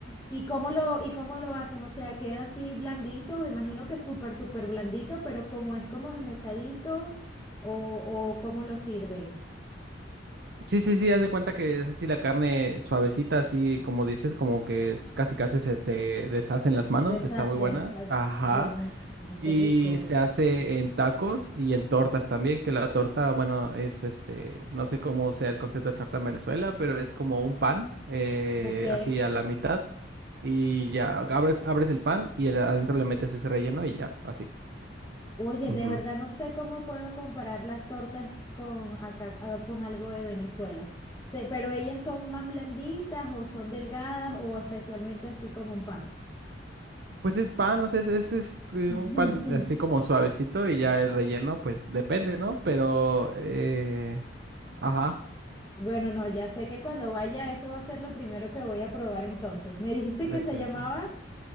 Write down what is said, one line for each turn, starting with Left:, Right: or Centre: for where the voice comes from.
Left: ¿Y cómo lo, y cómo lo hacen? O sea, queda así blandito, me imagino que súper, súper blandito, pero como es como esmechadito, o, o cómo lo sirven.
Right: Sí, sí, sí, haz de cuenta que es así la carne suavecita, así como dices, como que es- casi casi se te deshacen las manos,
Left: Deshace.
Right: está muy buena.
Left: Ah,
Right: Ajá.
Left: buenísimo,
Right: Y
Left: qué rico.
Right: se hace en tacos y en tortas también, que la torta, bueno, es este, no sé cómo sea el concepto de torta en Venezuela, pero es como un pan, eh,
Left: Ok.
Right: así a la mitad, y ya, abres, abres el pan y el- adentro le metes ese relleno y ya, así.
Left: Oye,
Right: Ujú.
Left: de verdad no sé cómo puedo comparar las tortas con acá, ah, con algo de Venezuela. Sé, pero ellas son más blanditas o son delgadas o especialmente así como un pan.
Right: Pues es pan, o sea, es, es, es, eh,
Left: <laughs>
Right: un pan de- así como suavecito y ya el relleno, pues depende, ¿no? Pero, eh, ajá,
Left: Bueno, no, ya sé que cuando vaya eso va a ser lo primero que voy a probar entonces. Me dijiste
Right: definitivamente.
Left: que se llamaba